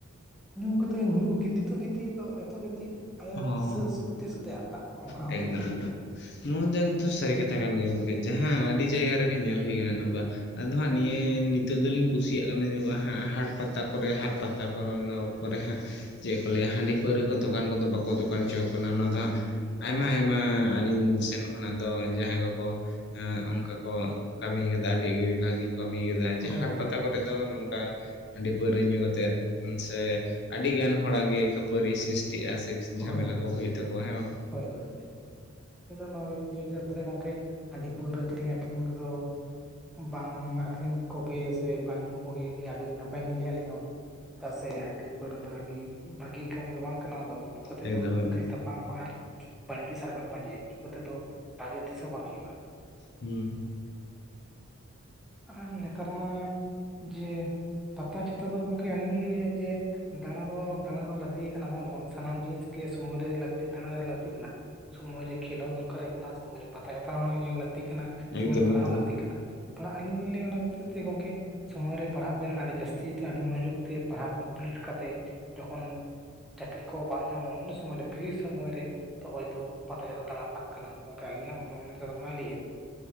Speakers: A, in the centre; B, on the left.
A: ᱧᱩ ᱠᱟᱛᱮᱫ ᱧᱩ ᱜᱤᱛᱤᱡ ᱛᱚ ᱜᱤᱛᱤᱡ ᱫᱚ ᱮᱛᱚ ᱜᱤᱛᱤᱡ ᱟᱭᱟᱜ
B: ᱦᱚᱸ
A: ᱫᱤᱥᱟᱹ
B: ᱦᱚᱸ
A: ᱥᱚᱛᱤ ᱥᱩᱛᱮᱷᱤ ᱟᱜ ᱚᱱᱠᱟ ᱦᱚᱸᱠᱚ
B: ᱮᱠᱫᱚᱢ
A: ᱢᱤᱫᱟ
B: ᱮᱠᱫᱚᱢ ᱱᱚᱣᱟ ᱫᱚ ᱱᱤᱛ ᱥᱟᱹᱨᱤ ᱠᱟᱛᱷᱟ ᱠᱟᱱ ᱜᱮᱭᱟ ᱜᱚᱢᱠᱮ ᱡᱟᱦᱟᱸ ᱟᱹᱰᱤ ᱡᱟᱭᱜᱟ ᱨᱮᱜᱮ ᱧᱮᱞ ᱦᱩᱭ ᱠᱟᱱᱟ ᱱᱚᱝᱠᱟ ᱟᱫᱚ ᱱᱤᱭᱟᱹ ᱱᱤᱛ ᱱᱤᱛᱚᱜ ᱫᱚᱞᱤᱧ ᱠᱩᱥᱤᱭᱟᱜ ᱠᱟᱱᱟ ᱧᱚᱜᱼᱟ ᱦᱟᱸᱜ ᱦᱟᱴ ᱯᱟᱛᱟ ᱠᱚᱨᱮ ᱦᱟᱴ ᱯᱟᱛᱟ ᱠᱚᱨᱮ ᱠᱚᱨᱮ ᱦᱟᱸᱜ ᱪᱮᱫ ᱠᱚ ᱞᱟᱹᱭᱟ ᱦᱟᱺᱰᱤ ᱯᱟᱹᱣᱨᱟᱹ ᱫᱚᱠᱟᱱ ᱠᱚᱫᱚ ᱵᱟᱠᱚ ᱠᱚ ᱫᱚᱠᱟᱱ ᱪᱚ ᱟᱠᱟᱱᱟ ᱚᱱᱟ ᱫᱚ ᱟᱭᱢᱟ ᱟᱭᱢᱟ
A: ᱦᱳᱭ
B: ᱟᱹᱞᱤᱧ ᱥᱮᱱ ᱠᱷᱚᱱᱟᱜ ᱫᱚ ᱡᱟᱦᱟᱸᱭ ᱠᱚᱠᱚ ᱚᱱᱠᱟ ᱠᱚ ᱠᱟᱹᱢᱤᱭ ᱠᱟᱫᱟ ᱟᱹᱰᱤ ᱵᱷᱟᱜᱤ ᱠᱚ ᱠᱟᱹᱢᱤ ᱡᱟᱦᱟ
A: ᱦᱳᱭ
B: ᱦᱟᱸᱴ ᱯᱟᱛᱟ ᱠᱚᱨᱮ ᱫᱚ ᱱᱚᱝᱠᱟ ᱦᱟᱺᱰᱤ ᱯᱟᱹᱣᱨᱟᱹ ᱧᱩ ᱠᱟᱛᱮᱫ ᱥᱮ ᱟᱹᱰᱤ ᱜᱟᱱ ᱦᱚᱲᱟᱜ ᱜᱮ ᱠᱷᱟᱹᱯᱟᱹᱨᱤ ᱥᱨᱤᱥᱴᱤᱜᱼᱟ, ᱥᱮ ᱡᱷᱟᱢᱮᱞᱟ
A: ᱦᱚᱭ ᱦᱚᱭ
B: ᱠᱚ ᱦᱩᱭᱩᱜ ᱛᱟᱠᱚᱣᱟ ᱦᱮᱸ ᱵᱟᱝ
A: ᱦᱚᱭ᱾ ᱦᱚᱭ ᱦᱚᱭ ᱤᱧᱫᱚ ᱱᱚᱣᱟ ᱜᱤᱧ ᱞᱟᱹᱭᱟ ᱪᱮᱫ ᱪᱟᱜ ᱥᱮ ᱜᱚᱝᱠᱮ ᱦᱟᱺᱰᱤ ᱯᱟᱹᱣᱨᱟᱹ ᱠᱤᱨᱧ ᱟᱠ ᱮᱠᱷᱮᱱ ᱫᱚ ᱵᱟᱝ ᱟᱠᱷᱨᱤᱧ ᱠᱚᱜᱮ ᱥᱮ ᱵᱟᱝ ᱧᱩ ᱠᱚᱜᱮ ᱟᱹᱰᱤ ᱱᱟᱯᱟᱭᱞᱤᱤᱧ ᱞᱟᱹᱭᱟ ᱟᱹᱞᱤᱧ ᱦᱚᱸ ᱪᱮᱫᱟᱜ ᱥᱮ ᱦᱟᱺᱰᱤ ᱯᱟᱹᱣᱨᱟᱹ ᱫᱚ ᱟᱹᱰᱤ ᱵᱷᱟᱹᱜᱤ ᱠᱟᱹᱢᱤ ᱫᱚ ᱵᱟᱝ ᱠᱟᱱᱟ, ᱟᱫᱚ ᱠᱚᱛᱮ
B: ᱮᱠᱫᱚᱢ
A: ᱫᱚ
B: ᱮᱠᱫᱚᱢ
A: ᱠᱷᱟᱹᱞᱤ ᱛᱟᱯᱟᱢ ᱟᱨ ᱵᱟᱲᱜᱤ ᱜᱮ ᱥᱟᱨᱟᱠᱷ ᱯᱟᱸᱡᱟᱭᱟ ᱧᱩ ᱠᱚᱛᱮ ᱫᱚ ᱵᱷᱟᱜᱤ ᱛᱤᱥ ᱦᱚᱸ ᱵᱟᱝ ᱦᱩᱭᱩᱜᱼᱟ᱾
B: ᱦᱩᱸᱻ
A: ᱟᱨ ᱱᱮᱛᱟᱨ ᱢᱟ ᱡᱮ ᱯᱟᱛᱟ ᱪᱷᱟᱛᱟ ᱫᱚ ᱜᱚᱢᱠᱮ ᱟᱹᱞᱤᱧ ᱞᱤᱧ ᱞᱟᱹᱭᱟ ᱡᱮ ᱫᱟᱬᱟ ᱫᱚ ᱫᱟᱬᱟ ᱫᱚ ᱞᱟᱹᱠᱛᱤ ᱠᱟᱱᱟ ᱵᱟᱝ ᱫᱚ ᱵᱟᱝ ᱥᱟᱱᱟᱢ ᱡᱤᱱᱤᱥ ᱜᱮ ᱥᱚᱢᱚᱭ ᱨᱮ ᱞᱟ ᱞᱟᱹᱠᱛᱤ ᱠᱟᱱᱟ᱾ ᱥᱚᱢᱚᱭ ᱨᱮ ᱠᱷᱮᱞ ᱦᱚᱸ ᱫᱚᱨᱠᱟᱨ ᱠᱟᱱᱟ ᱥᱚᱢᱚᱭ ᱨᱮ ᱯᱟᱛᱟ ᱦᱟᱛᱟ ᱦᱚᱸ ᱧᱮᱞ ᱞᱟᱹᱠᱛᱤ ᱠᱟᱱᱟ,
B: ᱮᱠᱫᱚᱢ
A: ᱥᱚᱢᱚᱭ ᱨᱮ ᱯᱟᱲᱦᱟᱣ
B: ᱮᱠᱫᱚᱢ
A: ᱦᱚᱸ ᱞᱟᱹᱠᱛᱤ ᱠᱟᱱᱟ᱾ ᱛᱷᱚᱲᱟ ᱞᱟᱹᱞᱤᱧ ᱫᱚᱞᱤᱧ ᱞᱟᱹᱭᱟ ᱚᱱᱟ ᱠᱷᱟᱹᱛᱤᱨ ᱛᱮ ᱜᱚᱝᱠᱮ ᱥᱚᱢᱚᱭ ᱨᱮ ᱯᱟᱲᱦᱟᱜ ᱵᱮᱱ ᱟᱹᱰᱤ ᱡᱟᱹᱥᱛᱤ ᱟᱹᱰᱤ ᱢᱚᱱᱚᱡᱳᱜᱽ ᱛᱮ ᱯᱟᱲᱦᱟᱣ ᱠᱚᱢᱯᱤᱞᱤᱴ ᱠᱟᱛᱮᱫ ᱡᱚᱠᱷᱚᱱ ᱪᱟᱹᱠᱨᱤ ᱠᱚᱦᱚᱸ ᱵᱟᱝ ᱧᱟᱢᱚᱜ ᱩᱱ ᱥᱚᱢᱚᱭ ᱨᱮ ᱯᱷᱨᱤ ᱥᱚᱢᱚᱭ ᱨᱮ ᱛᱠᱚᱭ ᱫᱚ ᱯᱟᱛᱟ ᱪᱷᱟᱛᱟ ᱫᱟᱬᱟᱱ ᱨᱮᱱᱟᱜᱱᱟᱜ ᱠᱟᱱᱟ ᱟᱹᱞᱤᱧᱟᱜ ᱢᱚᱱ ᱱᱚᱜᱚᱭ ᱞᱟᱹᱭᱟ